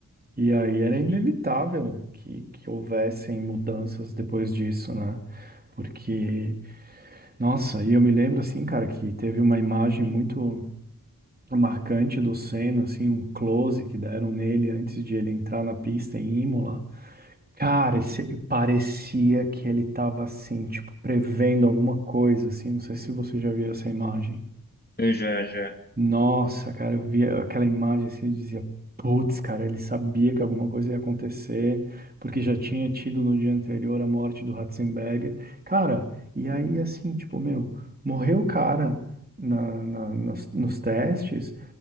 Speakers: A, on the right; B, on the left.
A: E aí era inevitável
B: Sim.
A: que, que houvessem mudanças depois disso, né? Porque, nossa, e eu me lembro, assim, cara, que teve uma imagem muito marcante do Senna, assim, um close que deram nele antes de ele entrar na pista em Imola. Cara, esse- e parecia que ele tava assim, tipo, prevendo alguma coisa, assim. Não sei se você já viu essa imagem.
B: Eu já, já.
A: Nossa, cara, eu via aquela imagem assim e dizia, putz, cara, ele sabia que alguma coisa ia acontecer, porque já tinha tido no dia anterior a morte do Ratzenberger. Cara, e aí assim, tipo, meu, morreu o cara na, na- nos, nos testes.